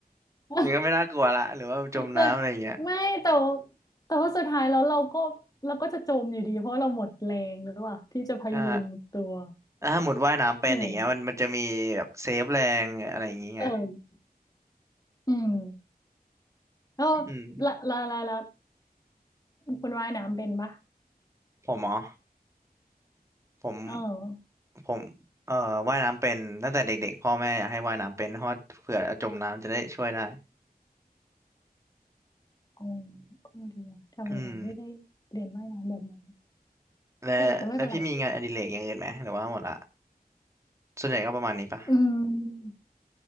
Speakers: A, on the left; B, on the right.
A: <laughs>
B: <laughs> อย่างนี้ก็ไม่น่ากลัวละหรือว่าจมน้ำอะไรอย่างเงี้ย
A: แต่ไม่แต่วแต่ว่าสุดท้ายแล้วเราก็เราก็จะจมอยู่ดีเพราะเราหมดแรงหรือเปล่าที่จะพยุงตัว
B: ใช่แล้วถ้าหมดว่ายน้ำเป็นอย่างเงี้ยมันมันจะมีแบบเซฟแรงอะไรอย่างเงี้ย
A: ใช่ไหมเอออืมแล้ว
B: อืม
A: ละละละละคุณว่ายน้ำเป็นปะ
B: ผมเหรอผม
A: เออ
B: ผมเอ่อว่ายน้ำเป็นตั้งแต่เด็กๆพ่อแม่อยากให้ว่ายน้ำเป็นเพราะเผื่อจมน้ำจะได้ช่วยได้
A: อ๋อก็ดีว่ะทำไมเราไม่ได้เรียนว่ายน้ำแบบนั้น
B: อืมและและพี่มีงานอดิเรกอย่างอื่นไหมหรือว่าหมดละ
A: เออแต่ไม่เป็นไร
B: ส่วนใหญ่ก็ประมาณนี้ปะ
A: อืม